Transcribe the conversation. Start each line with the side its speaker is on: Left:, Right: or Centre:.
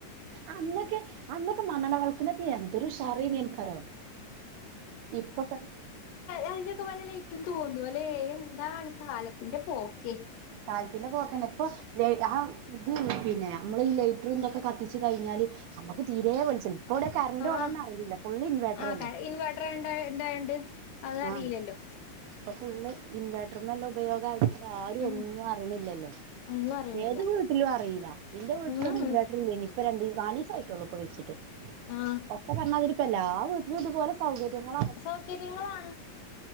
Right: അന്നക്കെ അന്നൊക്കെ മണ്ണണ്ണ വിളക്കിനൊക്കെ എന്തൊരു ഉഷാറെനി അൻക്കറി യോ ഇപ്പൊക്കെ
Left: അയിനൊക്കെ പോലെ ഇന്ക്കും തോന്നുല്ലേ എന്താണ് കാലത്തിന്റെ പോക്കെ
Right: കാലത്തിൻ്റെ പോക്കനെ ഇപ്പൊ ആഹ് ഇത് പിന്നെ നമ്മൾ ഈ ലേറ്റർ ഇതൊക്കെ കത്തിച്ചു കഴിഞ്ഞാല്ല് നമ്മുക്ക് തീരെ വെളിച്ചല്ല ഇപ്പ ഇവിടെ കര്ന്റ്
Left: ആഹ്
Right: പോണ അറിവില്ല ഫുൾ ഇൻവേട്ടർ
Left: ആഹ്
Right: അല്ലേ
Left: ക ഇൻവേർട്ടർ ഇണ്ട ഇണ്ടായോണ്ട് അതറിയില്ലല്ലോ
Right: ആഹ് ഇപ്പൊ ഫുള്ള് ഇൻവേർട്ടർല്ലാം ഉപയോഗം ആയത് കൊണ്ട് ആ
Left: ഉം
Right: ഒന്നും അറിയണില്ലല്ലോ
Left: ഒന്നും അറിയണില്ല
Right: ഏത് വീട്ടിലും അറീല്ല ഇന്റെ വീട്ടിലൊന്നും
Left: ഉം
Right: ഇൻവെർട്ടർ ഇല്ലേ നി ഇപ്പ രണ്ടീസ നാലീസായിട്ടൊള്ളൂ പ്പോ വെച്ചിട്ട്
Left: ആഹ്
Right: ഒക്കെ പറഞാതിരി ഇപ്പലാ വീട്ടിലും ഇതുപോലെ സൗകര്യങ്ങള
Left: സൗകര്യങ്ങളാണ്